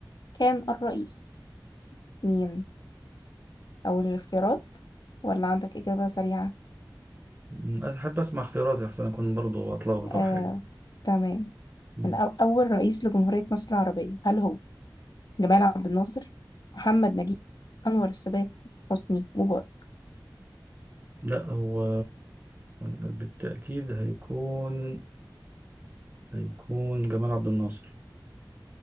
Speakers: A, on the left; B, on the right.
A: كان الرئيس مين أول الاختيارات ولا عندك إجابة سريعة
B: م، أحب أسمع اختياراتي أحسن أكون برضو أتلخبط أو
A: آه،
B: حاجة
A: تمام
B: م.
A: من أو أول رئيس لجمهورية مصر العربية هل هو جمال عبد الناصر محمد نجيب أنور السادات حسني مبارك
B: لا هو بالتأكيد هيكون هيكون جمال عبد الناصر